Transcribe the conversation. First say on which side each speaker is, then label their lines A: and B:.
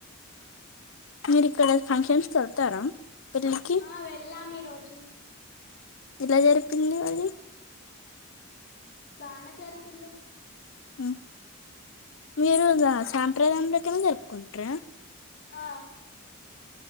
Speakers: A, on the left (about 65°); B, on the left (about 45°).
A: మీరు ఇక్కడ ఫంక్షన్స్కి వెళ్తారా? పెళ్ళికి
B: ఆ వెళ్ళాం ఈ రోజు
A: ఎలా జరిపిరింది అది
B: బానే జరిపిల్లు
A: ఆ మీరు సాంప్రదారకైనా జరుపుకుంటారా
B: ఆ